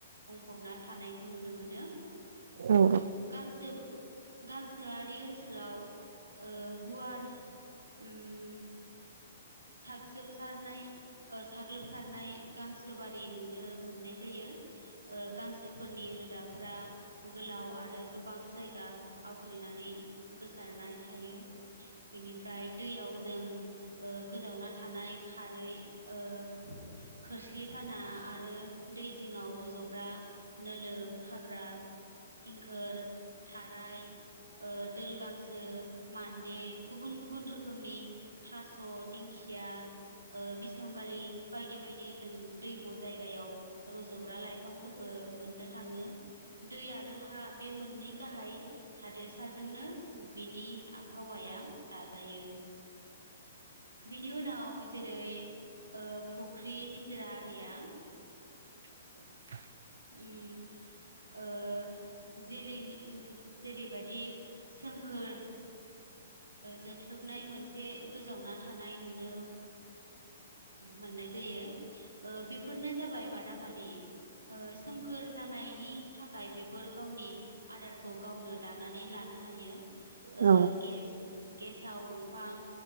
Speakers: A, on the right; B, on the right.
A: बुंफबना थानायखौ नुनो मोनो
B: औ
A: गांसो गांसोआरि ओनसोलाव ओ गुवार उम सागोबसारनाय साग्लोबसारनाय गांसोबारि नुनो मोननाय जायो। गांसोफोरनि रोदाफोरा गोलाव आरो गोबां जायगा आवग्रिनानै गोसारनानै थायो। बेनिफ्राय दैयाव जों गोजावना थानाय खारै ओ खोरस्लिफाना आरो दै जिङाव रज'ग्रा नोलो खाग्रा इंखोर थाराय ओ दोल गांसो मान्दे गुबुन गुबुन रोखोमनि थास' दिंखिया खिया ओ बिसंगालि बायदि बायदि जों दै बस जायगायाव रज'ग्रा लाइफांफोरबो मोननो थाङो। दै आरो हा बे मोननै गाहाय थादेरसाजोंनो बिनि आबहावाया दाजायो बेनि उनाव जेरै ओ फुख्रि निजोरा आरिया
B: <inaudible>
A: उम ओ जेलैनि ओ जेरैबायदि सोमखोर जोख्लोबनाय मोनसे गोजावना थानाय नुनो मोननाय जायो बेफोरनो जाबाय बादामालि‌। सोमखोर जानायनि थाखाय बेफोर गावनि आदारखौ गावनो दानानै लानो हायो ओ
B: औ
A: गेस गेसाव दंफां